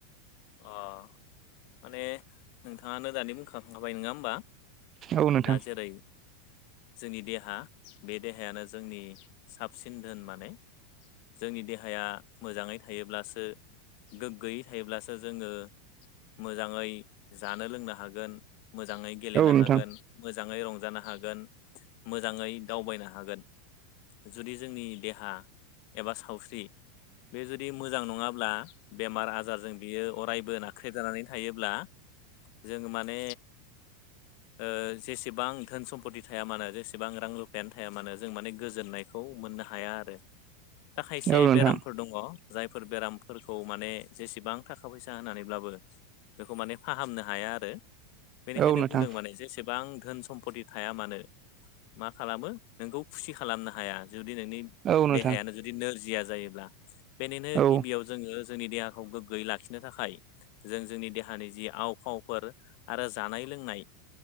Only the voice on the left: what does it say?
अ माने नोंथाङानो दानि बुंखांखाबाय नङा होमबा?
दा जेरै जोंनि देहा बे देहायानो जोंनि साबसिन धोन माने जोंनि देहाया मोजाङै थायोब्लासो गोग्गोयै थायोब्लासो जोङो मोजाङै जानो लोंनो हागोन। मोजाङै गेलेनो
हागोन मोजाङै रंजानो हागोन। मोजाङै दावबायनो हागोन जुदि जोंनि देहा एबा सावस्रि बे जुदि मोजां नङाब्ला बेमार आजारजों बियो अरायबो नाख्रेजानानै थायोब्ला जोङो माने ओ जेसेबां धोन सम्पति थाया मानो जेसेबां रां रुफायानो थाया मानो जों माने गोजोननायखौ मोननो हाया आरो। दा खायसे
बेरामफोर दङ जायफोर बेरामफोरखौ माने जेसेबां थाखा फैसा होनानैब्लाबो बेखौ माने फाहामनो हाया आरो बेनिखायनो
बुंदों माने जेसेबां धोन सम्पति थाया मानो मा खालामो नोंखौ खुसि खालामनो हाया जुदि नोंनि
देहायानो जु जुदि नोरजिया जायोब्ला बेनिनो
गिबियाव जोङो जोंनि देहाखौ गोग्गोयै लाखिनो थाखाय जों जोंनि देहानि जि आव फावफोर आरो जानाय लोंनाय